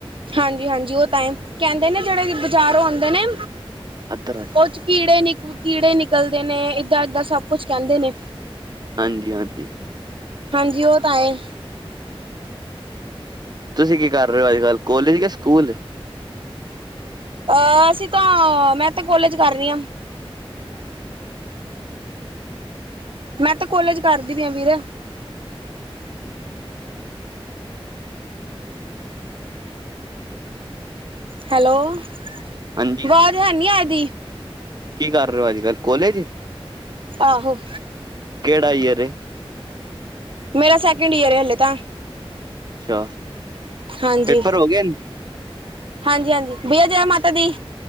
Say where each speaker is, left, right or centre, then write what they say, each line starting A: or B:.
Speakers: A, on the right; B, on the right.
A: ਹਾਂਜੀ-ਹਾਂਜੀ ਉਹ ਤਾਈਮ, ਕਹਿੰਦੇ ਨੇ ਜਿਹੜੇ ਬਜ਼ਾਰੋਂ ਆਉਂਦੇ ਨੇ
B: ਇੱਧਰ ਆ ਜਾ
A: ਉਹ ਚ ਕੀੜੇ ਨਿਕ ਕੀੜੇ ਨਿਕਲਦੇ ਨੇ ਏਦਾਂ-ਏਦਾਂ ਸਭ ਕੁਛ ਕਹਿੰਦੇ ਨੇ
B: ਹਾਂਜੀ-ਹਾਂਜੀ,
A: ਹਾਂਜੀ ਉਹ ਤਾਂ ਆਏ।
B: ਤੁਸੀਂ ਕੀ ਕਰ ਰਹੇ ਹੋ ਅੱਜ ਕੱਲ, ਕੋਲਜ ਕਿ ਸਕੂਲ?
A: ਅ-ਅਸੀਂ ਤਾਂ, ਮੈਂ ਤਾ ਕੋਲੇਜ ਕਰ ਰਹੀ ਹਾਂ। ਮੈਂ ਤਾਂ ਕੋਲੇਜ ਕਰਦੀ ਪੀਆ ਵੀਰੇ। ਹੈਲੋ,
B: ਹਾਂਜੀ
A: ਵਾਜ਼ ਹੈਨੀ ਐਦੀ
B: ਕੀ ਕਰ ਰਹੇ ਹੋ ਅੱਜ-ਕੱਲ ਕੋਲੇਜ?
A: ਆਹੋ
B: ਕਿਹੜਾ ਈਯਰ ਏ?
A: ਮੇਰਾ ਸੈਕਿੰਡ ਈਅਰ ਏ ਹਲੇ ਤਾਂ
B: ਅੱਛਾ,
A: ਹਾਂਜੀ
B: ਪੇਪਰ ਹੋ ਗਏ ਨ
A: ਹਾਂਜੀ -ਹਾਂਜੀ ਭਈਆ ਜੈ ਮਾਤਾ ਦੀ,